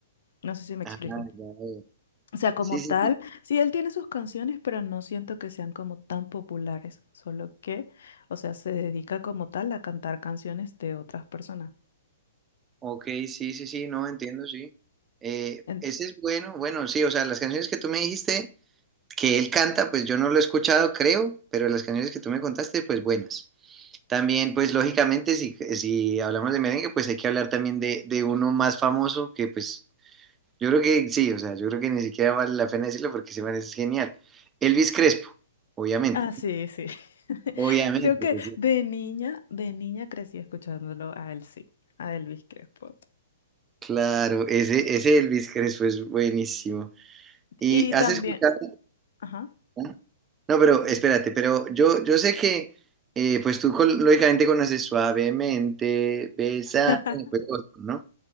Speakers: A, on the left; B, on the right.
A: No sé si me explico.
B: Ah, ya veo.
A: O sea, como
B: Sí, sí,
A: tal,
B: sí.
A: sí, él tiene sus canciones, pero no siento que sean como tan populares, solo que, o sea, se dedica como tal a cantar canciones de otras personas.
B: Ok, sí, sí, sí, no, entiendo, sí. Eh,
A: En-
B: ese es bueno, bueno, sí, o sea, las canciones que tú me dijiste que él canta, pues yo no lo he escuchado, creo, pero las canciones que tú me contaste, pues buenas. También, pues lógicamente, si, si hablamos de merengue, pues hay que hablar también de, de uno más famoso que pues yo creo que sí, o sea, yo creo que ni siquiera vale la pena decirlo porque se man es genial. Elvis Crespo, obviamente,
A: Ah, sí,
B: ¿no?
A: sí. <laughs>
B: Obviamente,
A: Creo que
B: pues, sí.
A: de niña, de niña crecí escuchándolo a él, sí, a Elvis Crespo.
B: Claro, ese, ese Elvis Crespo es buenísimo. ¿Y
A: Y
B: has
A: también,
B: escuchado?
A: ajá.
B: ¿Ah? No, pero
A: Dime.
B: espérate, pero yo, yo sé que eh, pues tú col- lógicamente conoces suavemente, besa,
A: <laughs>
B: pues, ¿no?